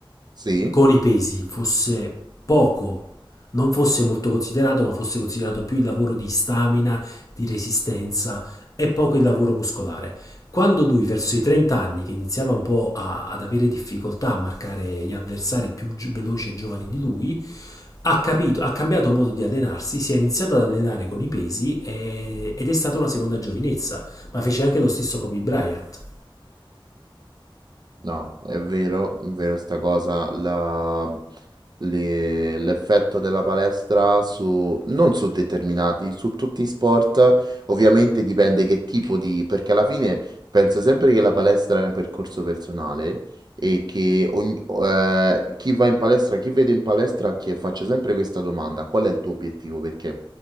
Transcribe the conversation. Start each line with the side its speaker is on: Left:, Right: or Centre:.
Right: Sì,
Left: con i pesi fosse poco, non fosse molto considerato, ma fosse considerato più il lavoro di stamina, di resistenza e poco il lavoro muscolare. Quando lui verso i 30 anni, che iniziava un po' a- ad avere difficoltà a marcare gli avversari più gio- veloci e giovani di lui, ha capito, ha cambiato modo di allenarsi, si è iniziato ad allenare con i pesi e- ed è stata una seconda giovinezza, ma fece anche lo stesso Kobe Bryant.
Right: no, è vero, è vero sta cosa, la- le- l'effetto della palestra su, non su determinati, su tutti i sport, ovviamente dipende che tipo di, perché alla fine penso sempre che la palestra è un percorso personale e che ogni- eh, chi va in palestra, chi vedo in palestra, che faccia sempre questa domanda, qual è il tuo obiettivo? Perché